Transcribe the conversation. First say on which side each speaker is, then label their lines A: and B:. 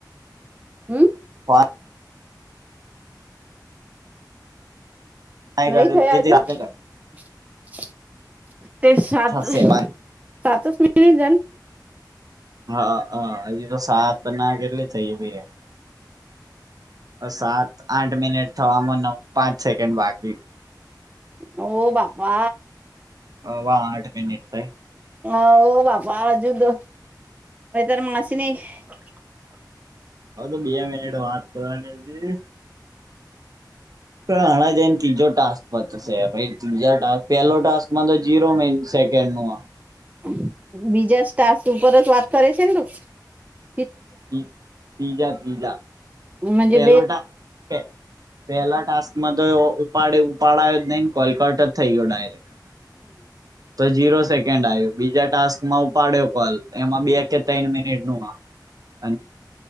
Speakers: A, on the right; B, on the right.
A: हम्म
B: फोन
A: नाही
B: कर
A: ठया
B: किती
A: अजून
B: झाले
A: <unintelligible> ते सात
B: थसे
A: सातच म <unintelligible>
B: <unintelligible> <unintelligible>
A: हो बाबा
B: <unintelligible>
A: <unintelligible> <unintelligible>
B: <unintelligible> <unintelligible> <unintelligible> <unintelligible>
A: <unintelligible>
B: <unintelligible> <unintelligible> <unintelligible>
A: म्हणजे
B: <unintelligible> त झिरो सेक, <unintelligible>